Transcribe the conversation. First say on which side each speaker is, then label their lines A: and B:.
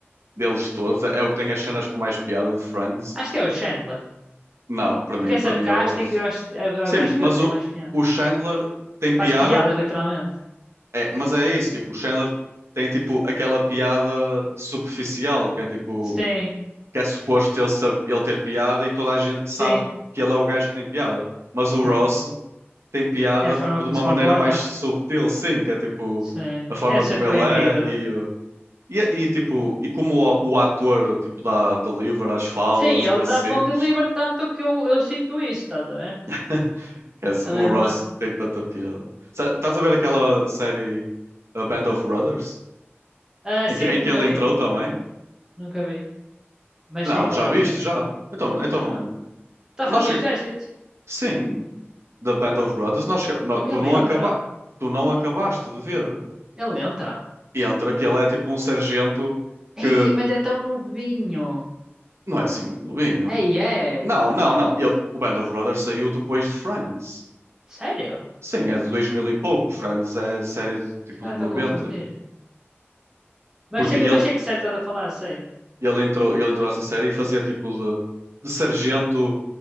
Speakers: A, on the right; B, on the right.
A: deles todos, é o que tem as cenas com mais piada de Friends.
B: Acho que é o Chandler.
A: Não, para
B: Porque
A: mim,
B: é
A: para
B: sarcástico
A: mim é o Ross.
B: e eu acho, eu, eu
A: Sim,
B: acho
A: mas
B: que ele tem
A: o,
B: mais piada.
A: o Chandler tem piada,
B: Faz piadas, literalmente.
A: é, mas é isso, tipo, o Chandler tem tipo aquela piada superficial, que é tipo,
B: Sim,
A: que é suposto ele, saber, ele ter piada e toda a gente
B: sim,
A: sabe que ele é o gajo que tem piada. Mas o
B: sim.
A: Ross. tem piada,
B: É a
A: tipo,
B: forma como
A: de uma
B: se
A: maneira
B: comporta.
A: mais subtil, sim, que é tipo
B: Sim.
A: a forma
B: É ser
A: como
B: deprimido.
A: ele é e, uh, e, e, tipo, e como o, o ator, tipo, dá deliver as falas
B: Sim, ele
A: e assim.
B: dá de bom delivery, tanto que eu, eu sinto isso, estás a ver?
A: <laughs> Esquece,
B: Ele
A: o
B: é bom.
A: Ross
B: a-
A: tem tanta piada. Sa- Estás a ver aquela série A Band of Brothers?
B: Ah, sim,
A: Em que, em
B: nunca
A: que ele
B: vi.
A: entrou também?
B: Nunca vi. Mas
A: Não,
B: sei qual
A: já
B: é,
A: viste,
B: sei.
A: já. Então, então não.
B: Ah, está a
A: Nós
B: falar do
A: chega-
B: exército?
A: Sim, da Band of Brothers, nós chega- nó-
B: Fogo,
A: tu,
B: ele
A: não
B: entra.
A: acaba... tu não acabaste de ver.
B: Ele entra.
A: E entra que ele é tipo um sargento
B: Ei,
A: que
B: mas é tão novinho.
A: Não é assim muito novinho.
B: Ei, é.
A: Não, não, não. Ele- o Band of Brothers saiu depois de Friends.
B: Sério?
A: Sim, é de 2000 e pouco. Friends é série de, tipo
B: Esse cara
A: de
B: está
A: 90.
B: a confundir. Mas
A: Porque
B: sei,
A: ele,
B: mas sei que sério estás a falar, sei.
A: ele entrou, ele entrou nessa série e fazia tipo de, de sargento,